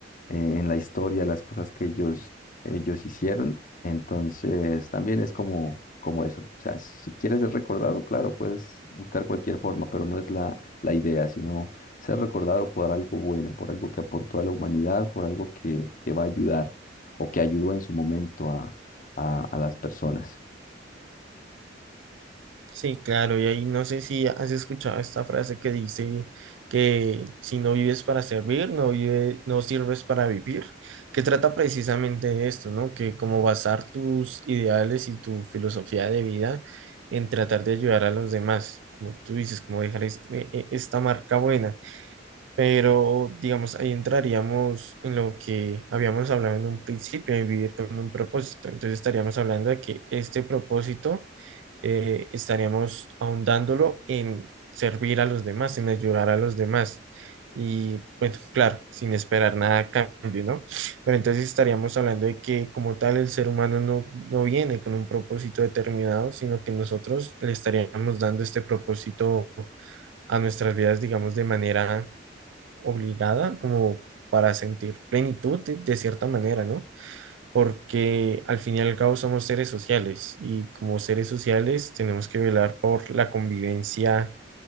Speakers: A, on the left (about 45°); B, on the right (about 85°).
A: eh, en la historia las cosas que ellos, ellos hicieron. Entonces, también es como, como eso. O sea, si quieres ser recordado, claro, puedes buscar cualquier forma, pero no es la, la idea, sino ser recordado por algo bueno, por algo que aportó a la humanidad, por algo que, que va a ayudar o que ayudó en su momento a, a, a las personas.
B: Sí, claro, y ahí no sé si has escuchado esta frase que dice que si no vives para servir, no vive, no sirves para vivir, que trata precisamente de esto, ¿no? Que como basar tus ideales y tu filosofía de vida en tratar de ayudar a los demás, como tú dices, como dejar es- e- e- esta marca buena, pero digamos, ahí entraríamos en lo que habíamos hablado en un principio, de vivir con un propósito, entonces estaríamos hablando de que este propósito eh, estaríamos ahondándolo en servir a los demás, en ayudar a los demás. Y bueno, claro, sin esperar nada a cambio, ¿no? Pero entonces estaríamos hablando de que como tal el ser humano no, no viene con un propósito determinado, sino que nosotros le estaríamos dando este propósito a nuestras vidas, digamos, de manera obligada, como para sentir plenitud de, de cierta manera, ¿no? porque al fin y al cabo somos seres sociales y como seres sociales tenemos que velar por la convivencia